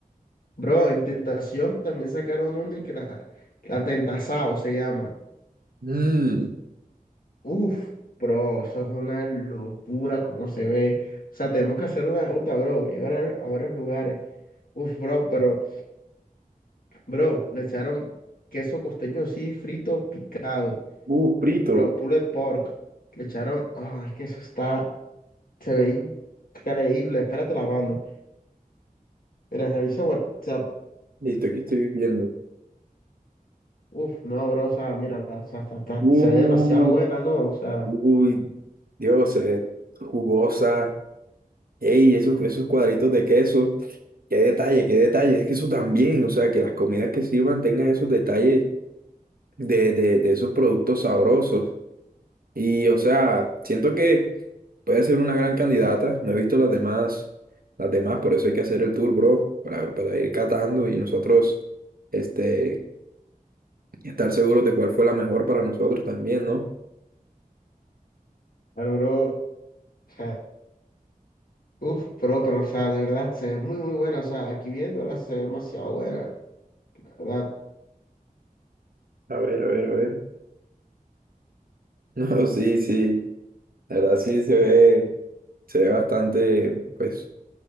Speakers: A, on the left; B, on the right.
A: bro, en Tentación también sacaron una y que la, la Tentasao se llama.
B: Mmm,
A: Uf, bro, eso es una locura como se ve. O sea, tenemos que hacer una ruta, bro, y varios- a a varios lugares. Uf, bro, pero, bro, le echaron queso costeño así, frito, picado.
B: Uh, frito.
A: Bro, pulled pork. Le echaron, ah, es que eso está, se ve increíble. Espérate, la mando. Mira, revisa WhatsApp.
B: Listo, aquí estoy viendo.
A: Uf, no, bro, o sea, mira, o sea, está- está-
B: Uh,
A: se ve demasiado buena, ¿no? O sea,
B: uy, Dios, eh, jugosa. Ey, esos, esos cuadritos de queso. Qué detalle, qué detalle. Es que eso también, o sea, que las comidas que sirvan tengan esos detalles de, de, de esos productos sabrosos. Y, o sea, siento que puede ser una gran candidata. No he visto las demás, las demás, por eso hay que hacer el tour, bro, para, para ir catando y nosotros, este, estar seguros de cuál fue la mejor para nosotros también, ¿no?
A: pero, bro, o sea. Uf, pero, pero, o sea, de verdad, se ve muy, muy buena. O sea, aquí viéndola se ve demasiado buena. La verdad,
B: A ver, a ver, a ver. <laughs> No, sí, sí. La verdad sí se ve, se ve bastante, pues,